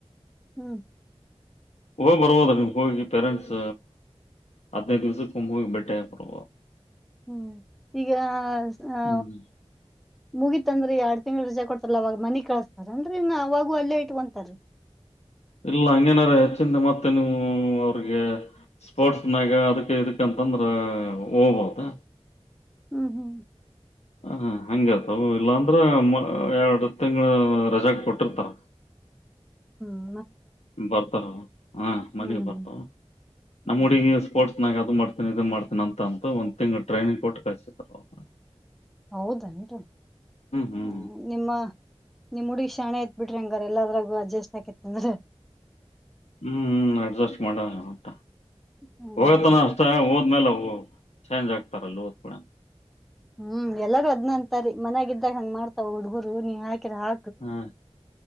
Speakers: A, in the centre; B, on the left (about 80°).
A: ಹೂ
B: ಹೋಗ ಬರ್ಬೋದ ನಿಮ್ಗೆ ಹೋಗಿ ಪೇರೆಂಟ್ಸ್ ಹದ್ಿನೈದು ದಿವ್ಸಕ್ಕೆ ಒಮ್ಮೆ ಹೋಗಿ ಬೇಟ್ಟೆ ಬರ್ಬೋದು
A: ಹೂ ಈಗ ಆ
B: ಹ್ಮ್
A: ಮುಗೀತ್ಂದ್ರ ಎರಡ್ ತಿಂಗ್ಳ ರಜೆ ಕೊಡ್ತಾರ ಅವಾಗ ಮನಿ ಕಳಸ್ತಾರನ್್ರರಿ ಇ ಅವಾಗೂ ಅಲ್ಲೇ ಇಟ್ಕೊಂತಾರೀ
B: ಇಲ್ಲ ಹಂಗೇನಾರ ಹೆಚ್ಚಿಂದ ಮತ್ತೆ ನೀವು ಅವ್ರಿಗೆ ಸ್ಪೋರ್ಟ್ಸ್ನಾಗ ಅದಕ್ ಇದಕಂತಂದ್ರ ಹೋಗ್ಬೋದ
A: ಹೂ ಹೂ
B: ಹ ಇರ್ತವು ಇಲ್ಲಾಂದ್ರೆ ಎರಡು ತಿಂಗಳ ರಜಾಾಗ ಕೊಟ್ಟಿರ್ತಾರ
A: ಹ
B: ಬರ್ತಾರ ಹಾ ಮನೆಗ್
A: ಹ್ಮ್
B: ಬರ್ತಾವ
A: ಹ್ಮ್
B: ನಮ್ಮ ಹುಡಗಿ
A: ಹ್ಮ್
B: ಸ್ಪೋರ್ಟ್ಸ್ ನಾಗ ಅದು ಮಾಡ್ತ ಮಾಡ್ತೀನ ಅಂತ ಅಂತ ಒಂದ ತಿಂಗ್ ಟ್ರೈನಿಂಗ್ ಕೊಟ್ಟ ಕಸತಾರೆ ಅವ
A: ಹೌದನ್ರಿ ಹೂ
B: ಹ್ಮ್
A: ನಿಮ್ಮ ನಿಮ್ಮ ಹುಡುಗಿ ಶಾಣೆ ಆತ ಬಿಟ್ರಿ ಹಂಗಾರ ಎಲ್ಲದರಾಗು ಅಡ್ಜಸ್ಟ್ ಆಾಕಿತ್ತ ಅಂದ್ರೆ
B: ಹೂ ಹೂ ಅಡ್ಜಸ್ಟ್ ಮಾಡ ಮಂತ
A: ಹ್ಮ್
B: ಹೋಗತಾನ ಅಷ್ಟ ಹೋದ್ಮೇಲೆ ಚೇಂಜ್ ಆಗ್ತಾರಲ್ಲ ಹೊಡ್ಕುಡ್ಲೆ
A: ಹೂ ಎಲ್ಲಾರೂ ಅದ್ನ ಅಂತಾರಿ ಮನ್ಾಗಿದ್ದ್ದಾಗ ಹಂಗ್ ಮಾಡ್ತಾವ ಹುಡ್ಗುರು ನೀವ ಹಾಕಿರ ಹಾ
B: ಹೂ